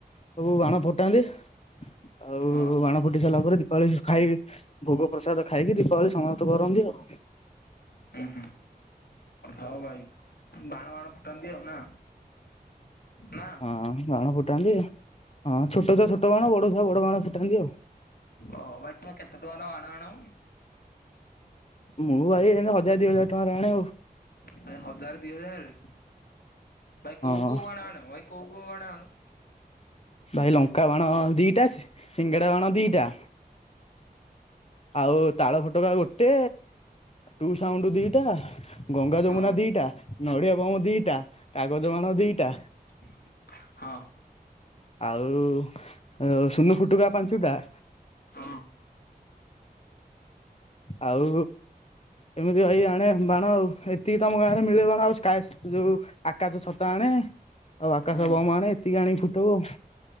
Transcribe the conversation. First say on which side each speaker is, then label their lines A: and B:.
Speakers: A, on the left; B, on the left.
A: ସବୁ ବାଣ ଫୁଟାନ୍ତି। ଆଉ
B: ହଁ
A: ବାଣ ଫୁଟି ସାରିଲା ପରେ ଦୀପାବଳି ଖାଇ ଭୋଗ ପ୍ରସାଦ ଖାଇକି ଦୀପାବଳି ସମାପ ପ୍ତ କରନ୍ତି ଆଉ।
B: ହଁ ହୁଁ ହଉ ଭାଇ ବାଣ ବାଣ ଫୁଟାନ୍ତି ଆଉ ନା। ନା।
A: ହଁ ବାଣ ଫୁଟାନ୍ତି ହଁ ଛୋଟ ଛୁଆ ଛୋଟ ବାଣ, ବଡ଼ ଛୁଆ ବଡ଼ ବାଣ ଫୁଟାନ୍ତି ଆଉ।
B: ଓ ବାଇ ତମେ କେତେ ଟଙ୍କାର ବାଣ ଆଣ?
A: ମୁଁ ଭାଇ ଏମିତି ହଜାର ଦି ହଜାର ଟଙ୍କାରେ ଆଣେ ଆଉ।
B: ଭାଇ ହଜାର ଦି ହଜାରରେ ଭାଇ କୋଉ
A: ହଁ
B: କୋଉ ବାଣ ଆଣିବ ଭାଇ କୋଉ କୋଉ ବାଣ ଆଣ?
A: ଭାଇ ଲଙ୍କା ବାଣ ଦିଟା, ସିଙ୍ଗିଡା ବାଣ ଦିଟା। ଆଉ ତାଳ ଫୋଟକା ଗୋଟେ। ଟୁ ସାଉଣ୍ଡ ଦିଟା, ଗଙ୍ଗା
B: ହଁ
A: ଯମୁନା ଦିଟା, ନଡିଆ ବମ ଦିଟା। କାଗଜ
B: <unintelligible>
A: ବାଣ ଦିଟା
B: ହଁ।
A: ଆଉ ସୁନୁ ଫୁଟୁକା ପାଞ୍ଚଟା।
B: ହଁ।
A: ଆଉ ଏମିତି ଭାଇ ଆଣେ ବାଣ ଆଉ। ଏତିକି ତ ଆମ ଗାଁ ରେ ମିଳେ ବା ଆଉ ସ୍କାଟସ ଯୋଉ ଆକାଶ ଛତା ଆଣେ। ଆଉ
B: ହୁଁ
A: ଆକାଶ ବମ ଆଣେ ଏତିକି ଆଣିକି ଫୁଟଉ ଆଉ,